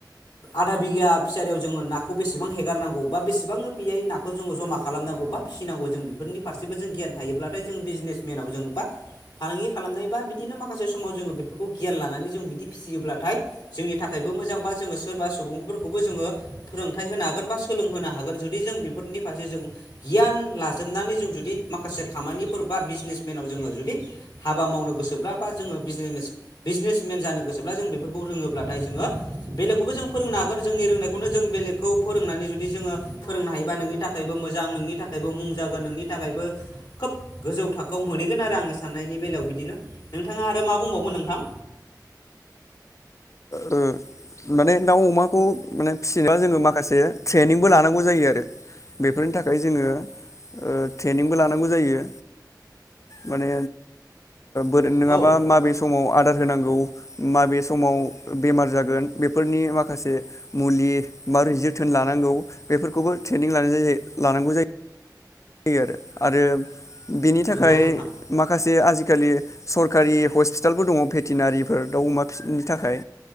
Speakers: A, on the left (about 70°); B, on the left (about 45°).
A: आधा बिगा फिसारियाव जोङो नाखौ बेसेबां हेगारनांगौ बा बेसेबां बेयै नाखौ जोङो जमा खालामनांगौ बा फिसिनांगौ जों बेफोरनि फारसेबो जों गियान थायोब्लाथाय जों बिजनेसमेनाव जो बा फालांगि खालामनाय बा बिदिनो माखासे समाव जोङो बेफोरखौ गियान लानानै जों बिदि फिसियोब्लाथाय जोंनि थाखायबो मोजां बा जोङो सोरबा सुबुंफोरखौबो जोङो फोरोंथाइ होनो हागोन बा सोलोंहोनो हागोन जुदि जों बेफोरनि फारसे जों गियान लाजोबनानै जों जुदि माखासे खामानिफोर बा बिजनेसमेनाव जोङो जुदि हाबा मावनो गोसोब्ला बा जोङो बिजनेस बिजनेसमेन जानो गोसोब्ला जों बेफोरखौ रोङोब्लाथाय जोङो बेलेगखौबो जों फोरोंनो हागोन जोंनि रोंनायखौनो जों बेलेगखौ फोरोंनानै जुदि जोङो फोरोंनो हायोबा नोंनि थाखायबो मोजां नोंनि थाखायबो मुं जागोन नोंनि थाखायबो खोब गोजौ थाखोआव मोनहैगोन आरो आंनि साननायनि बेलायाव बिदिनो नोंथाङा आरो मा बुंबावगोन नोंथां।
B: उम माने दाउ अमाखौ माने फिसिनोबा जोङो माखासे ट्रेनिंबो लानांगौ जायो आरो बेफोरनि थाखाय जोङो ओ ट्रेनिंबो लानांगौ जायो माने ओ नङाबा
A: औ
B: माबे समाव आरो अर्डार होनांगौ माबे समाव बेमार जागोन बेफोरनि माखासे मुलि माबै जोथोन लानांगौ बेफोरखौबो ट्रेनिं लानाय लानांगौ जायो। यो आरो आरो बेनि थाखाय
A: नंगौ नोंथां
B: माखासे जे आजिखालि सरकारि हस्पिटालबो दङ भेटेनारिफोर दाउ अमा फिनि थाखाय